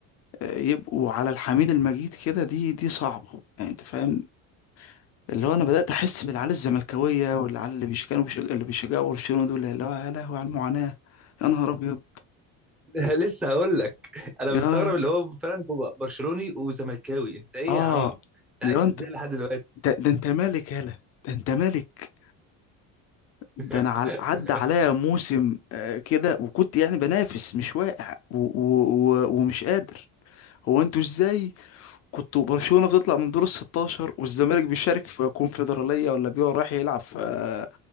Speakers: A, on the left (about 40°); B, in the centre.
A: آه، يبقوا على الحميد المجيد كده دي دي صعبة يعني انت فاهم اللي هو انا بدات احس بالعيال الزملكاويه والعيال اللي بيشجعوا بيش... اللي بيشجعوا برشلونه دول اللي هو يا لهوي على المعاناه يا نهار ابيض
B: لسه هقول لك انا
A: يا
B: مستغرب اللي هو فعلا هو برشلوني وزملكاوي انت ايه
A: اه
B: يا عم انت
A: اللي
B: عايش
A: هو انت
B: ازاي لحد دلوقتي
A: ده, ده انت مالك يالا ده انت مالك ده
B: <laughs>
A: انا عل- عدى عليا موسم آه كده وكنت يعني بنافس مش واقع و و و ومش قادر هو انتوا ازاي كنتوا برشلونة بتطلع من دور ال 16 والزمالك بيشارك في كونفدرالية ولا بيقع رايح يلعب في آه،